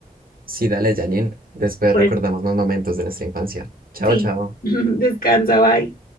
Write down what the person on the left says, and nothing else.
Bueno.
Sí,
<laughs> descansa, bye.